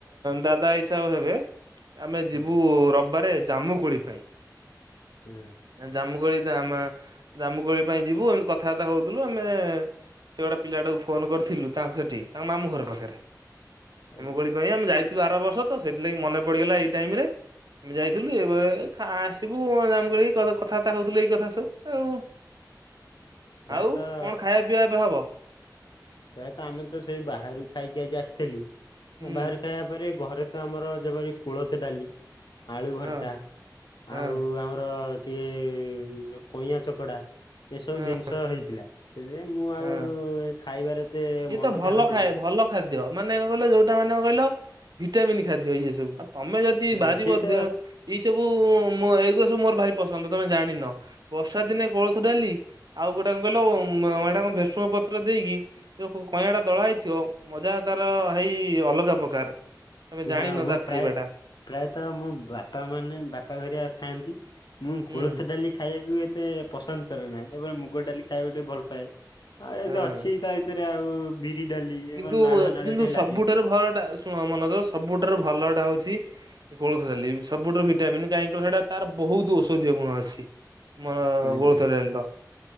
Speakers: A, on the right; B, on the left.
A: ଦାଦା ହିସାବ ହେବେ। ଆମେ
B: ହଁ
A: ଯିବୁ ରବିବାରେ ଜାମୁ କୋଳି ପାଇଁ।
B: ହୁଁ।
A: ଜାମୁଗୋଳି ଆମ ଜାମୁକୋଳି ପାଇଁ ଯିବୁ ଏମତି କଥାବାର୍ତ୍ତା ହଉଥିଲୁ। ଆମେ ସେ ଗୋଟେ ପିଲାଟାକୁ ଫୋନ କରିଥିଲୁ ତାଙ୍କୁ ସେଠି ତାଙ୍କ ମାମୁ ଘର ପାଖରେ। <unintelligible>
B: ଆଜ୍ଞା
A: ପାଇଁ ଆମେ ଯାଇଥିଲୁ ଆର ବର୍ଷ ତ, ସେଥିଲାଗି ମନେ ପଡିଗଲା। ଏଇ ଟାଇମ ରେ ଆମେ ଯାଇଥିଲୁ। ଏବେ ଆସିବୁ ଖା ଜାମୁ କୋଳି କଥାବାର୍ତ୍ତା ହଉଥିଲୁ ଏଇ କଥା ସବୁ ଆଉ।
B: ପ୍ରାୟତଃ
A: ଆଉ କଣ ଖାଇବା ପିଇବା ଏବେ ହବ?
B: ପ୍ରାୟତଃ ଆମେ ତ ସେଇ ବାହାରୁ ଖାଇକି ଆଜି ଆସିଥିଲୁ।
A: ହୁଁ
B: ଆଉ ବାହାରେ ଖାଇବା ପରେ ଘରେ ତ ଆମର ଯେପରି କୁଳଥ ଡାଲି। ଆଳୁ ଭର୍ତ୍ତା
A: ହଁ ହଁ
B: ଆଉ ଆମର ଟିକେ ଯୋଉ କଇଁଆଁ ଚକଡା ଏସବୁ
A: ହଁ
B: ଜିନିଷ ହେଇଥିଲା। ସେଥିପାଇଁ ମୁଁ
A: ହଁ
B: ଆଉ ଖାଇବାରେ ଏତେ
A: ଇଏ
B: ମନ
A: ତ ଭଲ
B: ଧ୍ୟାନ
A: ଖାଏ
B: ଦେଲିନି।
A: ଭଲ ଖାଦ୍ୟ ମାନେ କହିଲ ଯୋଉଟା ମାନେ କହିଲ ଭିଟାମିନନ୍ ଖାଦ୍ୟ ଇଏ ସବୁ। ଆଃ ତମେ ଯଦି
B: ହଁ,
A: ବାରିିବ
B: ସିଏ ତ
A: ଦେହ ଏଇ ସବୁ ଏଇଗୁ ସବୁ ମୋର ଭାରି ପସନ୍ଦ, ତମେ ଜାଣିନ ବର୍ଷା ଦିନେ କୋଳଥ ଡାଲି ଆଉ ଗୋଟେ କଣ କହିଲ ଏଇଟା କଣ ଭେଷଣ ପତ୍ର ଦେଇକି ଯୋଉ କଇଁ ଟା ଦଳା ହେଇଥିବ ମଜା ତାର ହେଇ ଅଲଗା ପ୍ରକାର। ତମେ ଜାଣିନ
B: ହଁ ମୁଁ
A: ତା ଖାଇବାଟା
B: ପ୍ରାୟ ପ୍ରାୟତ ମୋ ବାପା ମାନେ ବାପା ଘରିଆ ଥାଆନ୍ତି। ମୁଁ
A: ହୁଁ
B: କୋଳଥ ଡାଲି ଖାଇବାକୁ ବି ଏତେ ପସନ୍ଦ କରେ ନାହିଁ ଏବଂ ମୁ ଗ ଡାଲି ଖାଇବାକୁ ଟିକେ ଭଲ ପାାଏ ଆଉ ଏମିତି
A: ହଁ।
B: ଅଛି ତା ଭିତରେ ଆଉ ବିରି ଡାଲି
A: କିନ୍ତୁ
B: ମାନେ ନାଳୁଆ ନାଳୁଆ
A: କିନ୍ତୁ
B: ଟିକେ
A: ସବୁଠାରୁ
B: ଲାଗେ।
A: ଭଲଟାଶୁଣ ମୋନୋଜ ସଵୁଠାରୁ ଭଲଟା ହଉଛି କୋଳଥ ଡାଲି ସବୁଠୁ ଭିଟାମିନନ୍ କାହିଁକିନା ସେଇଟା ତାର ବହୁତ ଔଷଧୀୟ ଗୁଣ ଅଛି। ମୋର
B: ଆଜ୍ଞା
A: କୋଳଥ ଡାଲି ର।